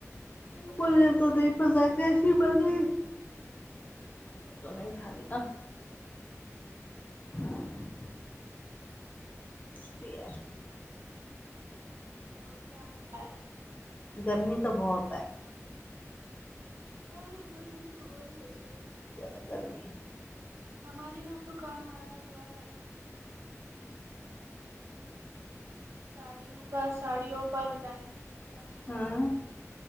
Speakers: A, on the left (about 30°); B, on the right (about 55°).
A: ओ
B: बच्चों
A: मने
B: के
A: तो
B: लिए
A: नहीं पता कैसे बनेे कि मैंने तो नहीं खाई न हँ इसलिए
B: और क्या हो रहा है
A: गर्मी तो बहोत है
B: हाँ गर्मी तो हो ही रही है
A: बहुत ज्यादा गर्मी है
B: हमारे यहाँ तो काम आया हुआ है सारियों का सारियो पर डायमंड काने
A: हम्म
B: का